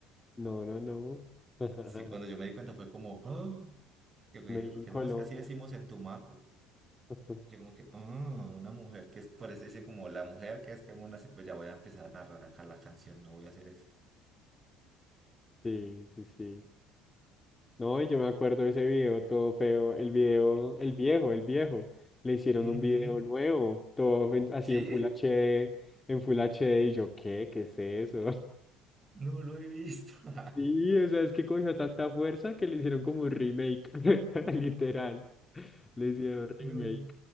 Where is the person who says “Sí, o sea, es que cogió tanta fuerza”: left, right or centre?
Left